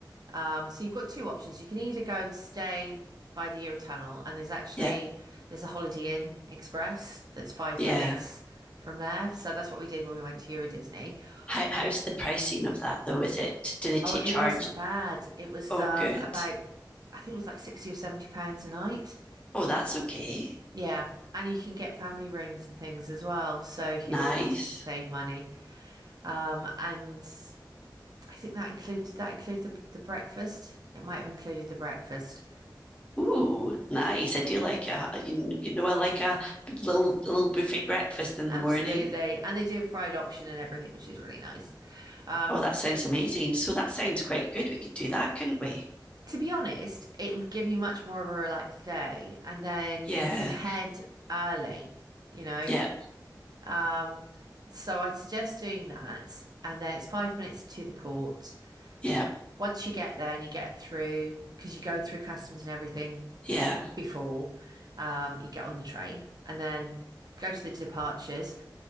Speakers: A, on the right; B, on the left.
A: Um, so you've got two options. You can either go and stay by the Euro Tunnel and there's actually
B: Yeah.
A: there's a Holiday Inn Express that's five
B: Yeah.
A: minutes from there. So that's what we did when we went to Euro Disney.
B: How, how's
A: Oh,
B: the pricing of that though? Is it do they take
A: oh, it
B: charge?
A: wasn't bad. It was
B: Oh,
A: um
B: good.
A: about I think it was like 60 or 70 pounds a night.
B: Oh, that's okay.
A: Yeah. And you can get family rooms and things as well. So if
B: Nice.
A: you really wanted to save money. Um, and I think that included, did that include the, the breakfast? It might have included the breakfast.
B: Ooh, nice. I do like a a- you, you know I like a little a little buffet breakfast in
A: Absolutely.
B: the morning.
A: And they do a fried option and everything, which is really nice. Um,
B: Oh, that sounds amazing. So that sounds quite good. We could do that, couldn't we?
A: to be honest, it would give you much more of a relaxed day. And then
B: Yeah.
A: you can head early, you know.
B: Yeah.
A: Um, so I suggest doing that. And then it's five minutes to the port.
B: Yeah.
A: once you get there and you get through, because you go through customs and everything
B: Yeah.
A: before um, you get on the train and then go to the departures,